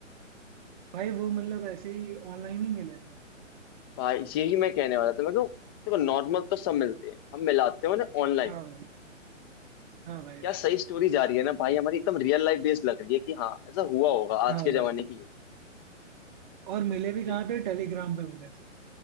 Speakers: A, on the right; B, on the left.
A: भाई वो मतलब ऐसे ही ऑनलाइन ही मिले थे
B: भाई यही मैं कहने वाला था मैं कहूँ देखो नॉर्मल तो सब मिलते हैं हम मिलाते हो ना ऑनलाइन
A: हाँ भाई हाँ भाई
B: क्या सही स्टोरी जा रही है ना भाई हमारी एकदम रियल लाइफ बेस्ड लग रही है कि हाँ ऐसा हुआ होगा आज
A: हाँ
B: के
A: भाई
B: जमाने की है
A: और मिले भी कहाँ
B: ठीक
A: थे टेलीग्राम पे मिले थे